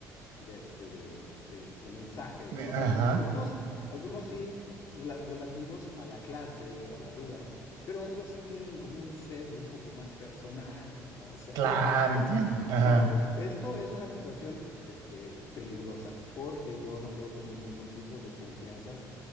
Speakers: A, on the left; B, on the right.
A: de, este, de, de- de mensajes,
B: De-
A: ¿no?
B: Ajá.
A: Al- algunos, algunos sí rela- relativos a la clase o a la duda, pero otros sí tienen como un sesgo un poco más personal, ¿no? O sea,
B: Claro, entiendo. Ajá.
A: ahora, esto es una situación, este, peligrosa porque yo no puedo tener ningún tipo de confianzas